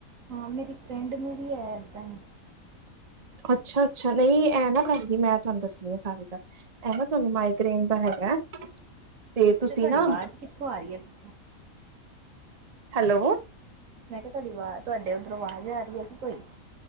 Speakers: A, on the right (about 70°); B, on the right (about 30°).
A: ਹਾਂ ਮੇਰੀ ਫਰੈਂਡ ਨੂੰ ਵੀ ਹੈ ਏਦਾਂ ਹੀ।
B: ਅੱਛਾ-ਅੱਛਾ ਨਹੀਂ ਐ ਨਾ ਕਰਦੀ ਮੈਂ ਤੁਹਾਨੂੰ ਦੱਸਣੀ ਆ ਸਾਰੀ ਗੱਲ। ਇਹ ਤੁਹਾਨੂੰ ਮਾਈਗ੍ਰੇਨ ਦਾ ਹੈਗਾ
A: ਅੱਛਾ
B: ਤੇ
A: ਅੱਛਾ
B: ਤੁਸੀਂ
A: ਤੁਹਾਡੀ
B: ਨਾ
A: ਆਵਾਜ਼ ਕਿੱਥੋਂ ਆ ਰਹੀ ਹੈ ਪਿੱਛੋਂ
B: ਹੈਲੋ
A: ਮੈਂ ਕਿਹਾ ਤੁਹਾਡੀ ਵਾਜ਼ ਤੁਹਾਡੇ ਉਧਰੋਂ ਵਾਜ਼ ਆ ਰਹੀ ਹੈ ਕਿ ਕੋਈ।